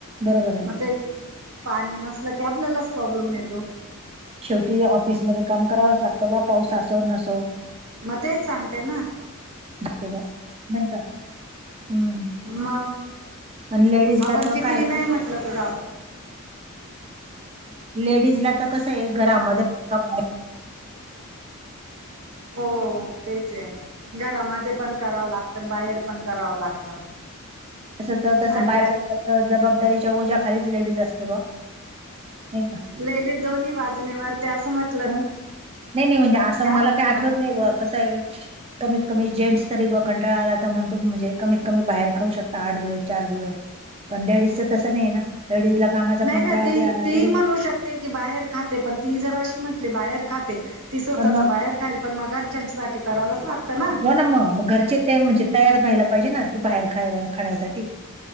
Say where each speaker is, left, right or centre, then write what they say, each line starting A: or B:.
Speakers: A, on the right; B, on the right.
A: बरोबर आहे ना
B: मग ते पाणी नसलं की आपल्यालाच प्रॉब्लेम येतो.
A: शेवटी ऑफिसमध्येध्ये काम करावंच लागतं बा पाऊस असो नसो.
B: मग ते सांगते ना.
A: लागते बा नाही का हम्म
B: म
A: आणि लेडीजला
B: आपण
A: तर
B: किती
A: काय
B: नाही म्हटलं तर
A: लेडीज ला तर कसं आहे एक घरामध्य ना बाहेर
B: हो तेच हे. घरामध्ये पण करावं लागतं आणि बाहेर पण करावं लागतं.
A: तस तर तसं
B: आणि
A: पाहायलागत
B: त्या
A: जबाबदारीच्या ओझ्या खालीच लेडीज असते बॉ नाही का?
B: लेडीज दोन्ही बाजूने मरते असं म्हट
A: हं नाही नाही म्हणजे असं मला
B: म्हणता
A: काही
B: ना
A: आठवत नाही ब कसं आहे कमीत कमी जेंट्स तरी ब कंटाळा आला तर म्हणतो म्हणजे कमीत कमी बाहेर खाऊ शकता आठ दिवस चार दिवस. पण लेडीजच तसं नाही ना लेडीज ला कामाचा
B: नाही
A: कंट्रोलळ
B: ना ती
A: आला
B: ती
A: तरी.
B: म्हणू शकते की बाहेर खातें पणं ती जरं अशी म्हटंली बाहेर खातें ती स्वंतःचं
A: पण मग
B: बाहेर खांय. पणं मगं घरंच्यांसाठी करावंच लागतं. ना
A: हो नां मगं घरचे ते म्हणजे तयार व्हांयला पाहिजे नां ती बाहेर खांयला खाण्यांसाठी